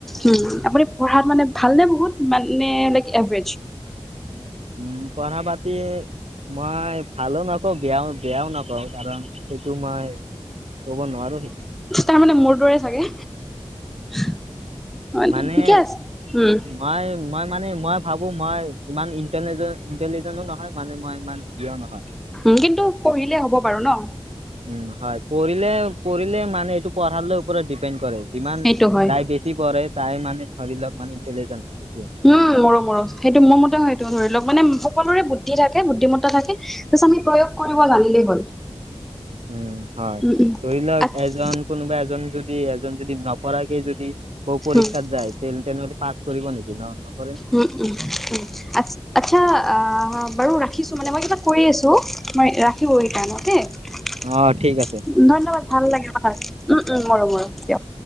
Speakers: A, in the centre; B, on the right (about 70°).
A: উম, আপুনি পঢ়াত মানে ভালনে বহুত মানে লাইক এভাৰেজ।
B: উম, পঢ়া পাতি মই ভালো নকও বেয়াও বেয়াও নকওঁ, কাৰণ সেইটো মই ক'ব নোৱাৰো।
A: তাৰ মানে মোৰ দৰে চাগে, হয় নেকি?
B: মানে
A: ঠিকে আছে। উম!
B: মই মই মানে মই ভাবোঁ মই ইমান ইণ্টেলিজে ইণ্টেলিজেনো নহয়, মানে মই ইমান প্ৰিয় নহয়।
A: উম, কিন্তু পঢ়িলে হ'ব বাৰু ন।
B: উম হয়, পঢ়িলে পঢ়িলে মানে এইটো পঢ়াৰলৈ ওপৰত ডিপেণ্ড কৰে। যিমান
A: সেইটো হয়।
B: তাই বেছি পঢ়ে, তাই মানে ধৰি লওক মানে ইণ্টেলিজেন্ট।
A: উম, মোৰো মোৰো সেইটো মোৰ মতেও সেইটো ধৰি লওক মানে সকলোৰে বুদ্ধি থাকে, বুদ্ধিমত্তা থাকে। তাৰপিছত আমি প্ৰয়োগ কৰিব জানিলেই হ'ল।
B: উম, হয়।
A: উম উম
B: ধৰি লওক
A: আচ্ছা
B: এজন কোনোবা এজন যদি এজন যদি নপঢ়াকে যদি ক পৰীক্ষাত
A: উম
B: যায় তে-তেনেহ'লে পাছ কৰিব নেকি নহ।
A: উম, উম, আ-আচ্ছা। অ' বাৰু ৰাখিছো, মানে মই কিবা কৰি আছো মই ৰাখিব <unintelligible>
B: অ ঠিক আছে
A: ধন্যবাদ ভাল লাগে কথা পাতি। উম উম মোৰো মোৰো দিয়ক।